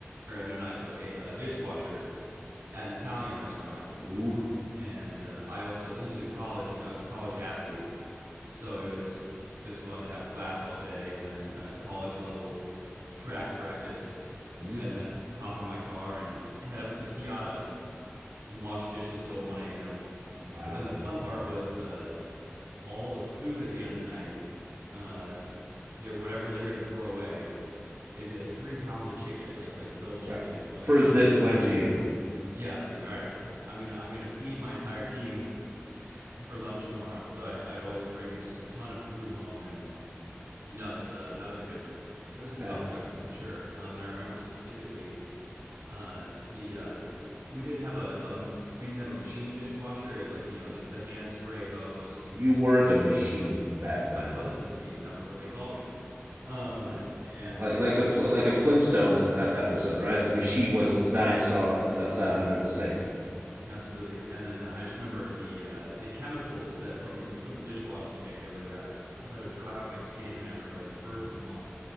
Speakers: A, on the right; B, on the right.
A: or no not a cook a a dishwasher at an Italian restaurant
B: ooh,
A: and uh, I also this was in college and I was a college athlete So it was it was fun to have class all day and then uh, college level track practice,
B: mm,
A: and then hop in my car and head up to Piata and wash dishes till 1 a.m.
B: wow.
A: But then the fun part was uh, all the food at the end of the night. Uh, they're whatever they're gonna throw away. It'd be like three pounds of chicken, like like grilled chicken.
B: Right.
A: I
B: First
A: was kind of
B: dibs
A: like,
B: went to you.
A: yeah, I'm like all right, I'm gonna I'm gonna feed my entire team <laughs> for lunch tomorrow. So I'd I'd always bring just a ton of food home and No, it's uh, that was like a it was a tough
B: Yeah.
A: job for sure. Um, and I remember specifically uh, the uh, we didn't have a, a ma- we didn't have a machine dishwasher. It was like you know this the hand spray hose.
B: You were the machine back then.
A: I was the machine. That was what they called me. Um,
B: Right.
A: and
B: Like
A: uh,
B: like the like a Flintstone e- e-, episode, right? The machine was this dinosaur that sat under the sink.
A: absolutely. And then uh, I just remember the uh, the chemicals that from the from the dishwashing thing. They would uh, oh they would dry out my skin. And I remember like the first
B: Mm.
A: month